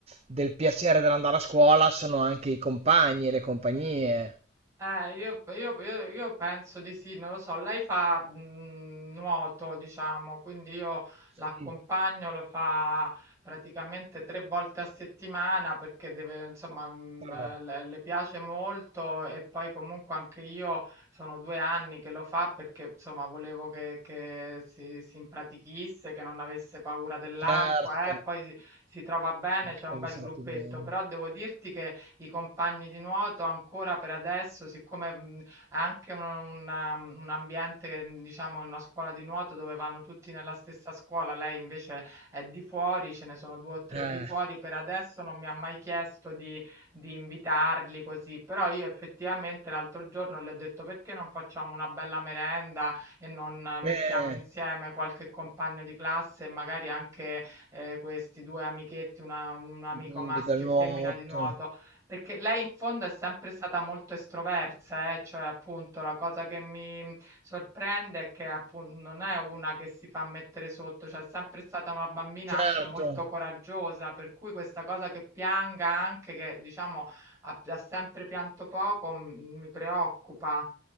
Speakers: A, on the right; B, on the right.
A: del piacere dell'andare a scuola sono anche i compagni e le compagnie.
B: Eh, io, io- io- io penso di sì, non lo so, lei fa mh, nuoto, diciamo, quindi io
A: Sì,
B: l'accompagno, lo fa praticamente tre volte a settimana perché deve, insomma, mh,
A: Però,
B: eh, le, le piace molto e poi comunque anche io sono due anni che lo fa perché, insomma, volevo che, che si, si impratichisse, che non avesse paura dell'acqua,
A: certo,
B: eh, poi si, si trova bene,
A: anche
B: c'è un
A: quando
B: bel
A: sarà
B: gruppetto,
A: più grande.
B: però devo dirti che i compagni di nuoto ancora per adesso, siccome mh, è anche un, una- un ambiente, mh, diciamo, in una scuola di nuoto dove vanno tutti nella stessa scuola, lei invece è di fuori, ce ne sono due o tre
A: Eh,
B: di fuori, per adesso non mi ha mai chiesto di, di invitarli così, però io effettivamente l'altro giorno le ho detto perché non facciamo una bella merenda e non eh, mettiamo
A: eh,
B: insieme qualche compagno di classe e magari anche eh, questi due amichetti, una- un amico
A: i bimbi
B: maschio
A: del nuoto,
B: e femmina di nuoto perché lei in fondo è sempre stata molto estroversa, eh, Cioè, appunto, la cosa che mi sorprende è che appunto non è una che si fa mettere sotto, cioè è sempre stata una bambina
A: certo.
B: anche molto coraggiosa, per cui questa cosa che pianga anche, che diciamo ha, ha sempre pianto poco, m- mi preoccupa.